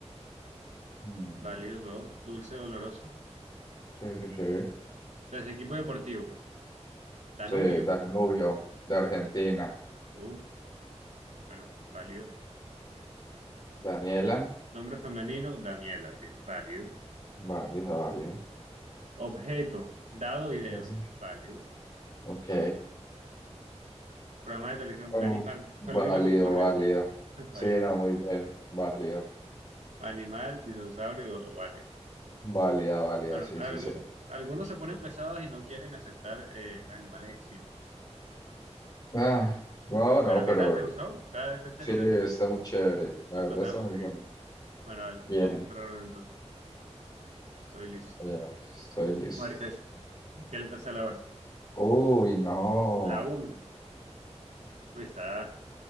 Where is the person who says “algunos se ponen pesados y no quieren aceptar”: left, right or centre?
Right